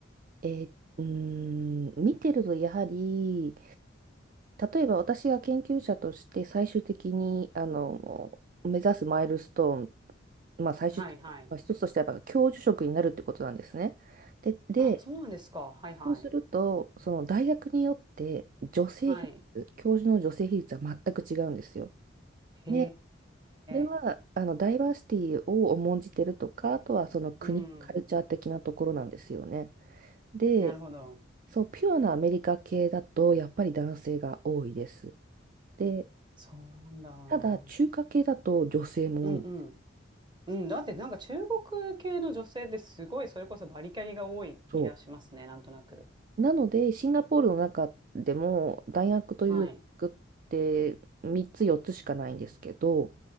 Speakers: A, on the right; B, on the right.
A: えーうーん見てるとやはり例えば私が研究者として最終的にあの目指すマイルストーン、まあ、最終的にまあ一つとしてはやっぱ教授職になるってことなんですね。
B: はいはい。
A: で、で
B: あ、そうなんですか。はいはい。
A: そうするとその大学によって女性比率教授の女性比率は全く違うんですよ。
B: はい。へ
A: でそれはあのダイバーシティを重んじてるとか、
B: え。
A: あとはその国、
B: うん。
A: カルチャー的なところなんですよね。で、
B: なるほど。
A: そう、ピュアなアメリカ系だとやっぱり男性が多いです。で、
B: そうなん
A: ただ中華系だと女性も多いんですよ。
B: だ。うんうん。うん、だってなんか中国系の女性ってすごいそれこそバリキャリが多い気がしますね、
A: そ
B: なんとなく。
A: う。なので、シンガポールの中でも大学という大学って3つ4つしかないんですけど、
B: はい。